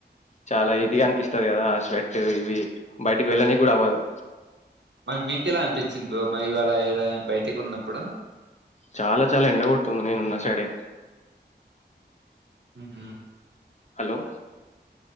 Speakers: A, on the left (about 40°); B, on the right (about 80°).
A: చాలా ఇది అనిపిస్తది కదా స్వెట్ ఇవి బయటికి వెళ్ళనికి కూడా అవ్వదు
B: మరి మీకెలా అనిపించింది బ్రో మరి వాళ్ళలా బయటికి ఉన్నప్పుడు
A: చాలా చాలా ఎండ కొడుతుంది నేనున్న సైడే
B: మ్ హు
A: హలో